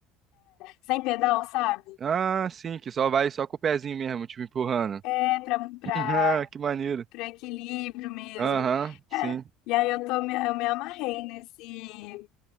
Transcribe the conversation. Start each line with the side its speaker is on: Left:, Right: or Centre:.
Left: sem pedal, sabe?
Right: Ah, sim, que só vai só com o pezinho mesmo, tipo, empurrando.
Left: É pra, pra,
Right: <laughs> Ah, que maneiro.
Left: pra equilíbrio mesmo.
Right: Aham, sim.
Left: Cara, e aí eu tô, me- eu me amarrei nesse,